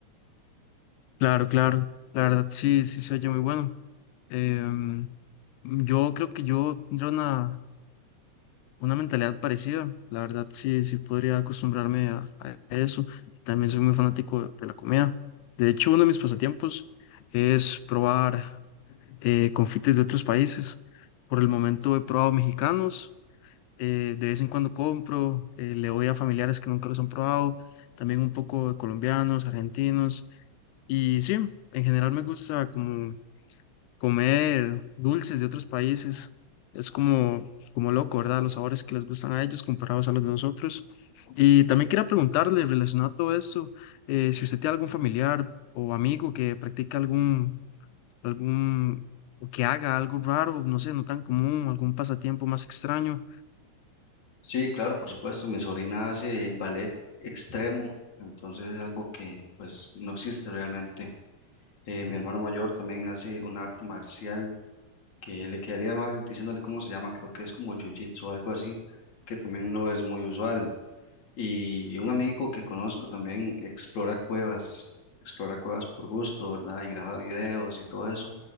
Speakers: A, on the left; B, on the left.
A: Claro, claro. La verdad, sí, sí se oye muy bueno. Em, yo creo que yo tendría una, una mentalidad parecida. La verdad, sí, sí podría acostumbrarme a, a eso. También soy muy fanático de, de la comida. De hecho, uno de mis pasatiempos es probar eh, confites de otros países. Por el momento he probado mexicanos. eh, de vez en cuando compro, eh, le doy a familiares que nunca los han probado. También un poco de colombianos, argentinos. Y sí, en general me gusta como comer dulces de otros países. Es como, como loco, ¿verdad? Los sabores que les gustan a ellos comparados a los de nosotros. Y también quería preguntarle, relacionado a todo esto, eh, si usted tiene algún familiar o amigo que practica algún, algún, o que haga algo raro, no sé, no tan común, algún pasatiempo más extraño.
B: Sí, claro, por supuesto, mi sobrina hace ballet extremo, entonces es algo que pues no existe realmente. Eh, mi hermano mayor también hace un arte marcial que le quedaría mal diciéndole cómo se llama, creo que es como jiu-jitsu o algo así, que también no es muy usual. Y un amigo que conozco también explora cuevas, explora cuevas por gusto, ¿verdad? Y graba videos y todo eso.